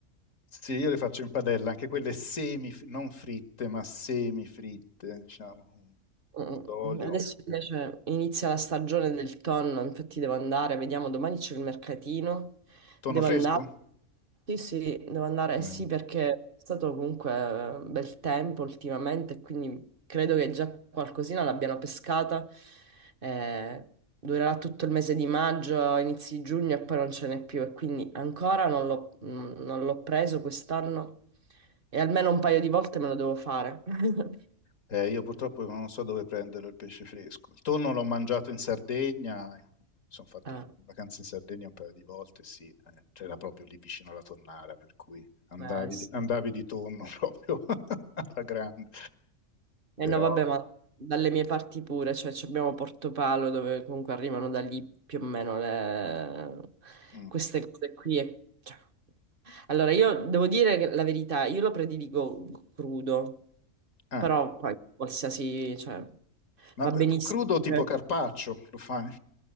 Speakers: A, on the left; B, on the right.
A: Sì, io le faccio in padella, anche quelle semi, non fritte, ma semifritte, diciamo, un
B: Mm,
A: po' d'olio.
B: mm, Adesso invece inizia la stagione del tonno, infatti devo andare, vediamo, domani c'è il mercatino,
A: Tonno
B: devo
A: fresco?
B: andare, sì sì, devo andare, eh sì
A: Eh.
B: perché è stato comunque eh, bel tempo ultimamente, quindi credo che già qualcosina l'abbiano pescata, Eh, durerà tutto il mese di maggio, inizi giugno e poi non ce n'è più e quindi ancora non l'ho non l'ho preso quest'anno e almeno un paio di volte me lo devo fare. <laughs>
A: Eh, io purtroppo non so dove prendere il pesce fresco. Il tonno l'ho mangiato in Sardegna, eh, mi sono fatto
B: Ah,
A: vacanze in Sardegna un paio di volte, sì, eh, c'era proprio lì vicino alla tonnara, per cui andavi
B: eh, sì.
A: di, andavi di tonno <laughs> proprio alla grande. Però...
B: Eh no, vabbè, ma dalle mie parti pure, cioè ci abbiamo Portopalo dove comunque arrivano da lì più o meno le-
A: mm,
B: queste cose qui. e- cioè. Allora, io devo dire che la verità, io lo prediligo crudo,
A: ah,
B: però poi qualsiasi, cioè,
A: ma
B: va
A: p-
B: benissimo.
A: crudo
B: anche-
A: tipo carpaccio lo fai?